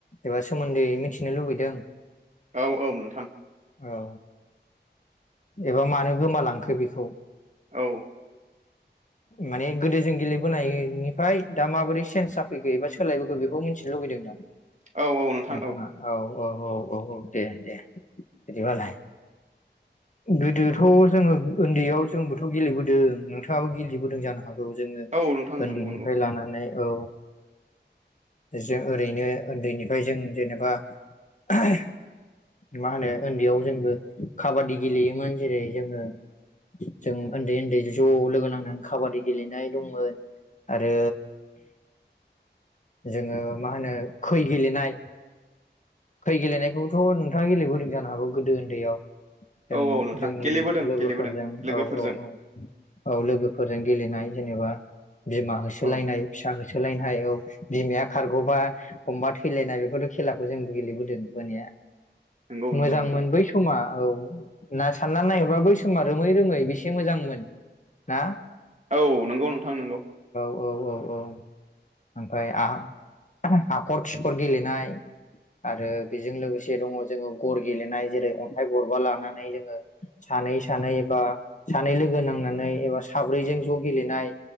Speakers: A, on the left; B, on the right.
A: एबा सोमोन्दै मिथिनो लुबैदों?
B: औ औ नों
A: औ एबा मानो गोमालांखो बेखौ
B: औ
A: माने गोदो जों गेलेबोनायनिफाय दा माबोरै चेन्ज जाफैखो एबा सोलायबोखो बेखौ मिथिनो लुबैदों नोंथां?
B: औ औ नोंथां
A: नोंथाङा औ औ औ औ औ दे दे बिदिबालाय। गोदोथ' जोङो उन्दैयाव जोंबोथ' गेलेबोदों नोंथाङाबो गेलेबोदों जानो हागौ जोङो
B: औ नोंथां
A: उन्दैनिफ्राय
B: नंगौ नंगौ
A: लानानै औ जों ओरैनो उन्दैनिफ्राय जों जेनेबा <unintelligible> मा होनो उन्दैयाव जोंबो काबादि गेलेयोमोन जेरै जोङो जों उन्दै उन्दै ज' लोगो नांनानै खाबादि गेलेनाय दंमोन आरो जोङो मा होनो खै गेलेनाय खै गेलेनायखौथ नोंथाङा गेलेबोदों जानो हागौ गोदो उन्दैयाव जों
B: औ औ नोंथां
A: जोंनि
B: गेलेबोदों
A: लोगोफोरजों
B: गेलेबोदों लोगोफोरजों
A: औ औ औ औ लोगोफोरजों गेलेनाय जेनेबा बिमा होसोलायनाय
B: औ
A: फिसा होसो लायनो हायो औ बिमाया खारगबा अमबा थैलायनाय बेफोरथ खेलाखौ जों गेलेबोदों बोनाया
B: नंगौ
A: मोजांमोन
B: नंगौ नोंथां
A: बै समा। औ ना सानना नायहरबा बै समा रोमै रोमै बेसे मोजांमोन ना।
B: औ नंगौ नोंथां नोंगौ।
A: औ औ औ ओमफ्राय आ हाखर खिखर गेलेनाय। आरो बेजों लोगोसे दङ जोङो गर गेलेनाय जेरै अन्थाइ गबा लानानै जोङो सानै सानै एबा सानै लोगो नांनानै एबा साब्रैजों ज गेलेनाय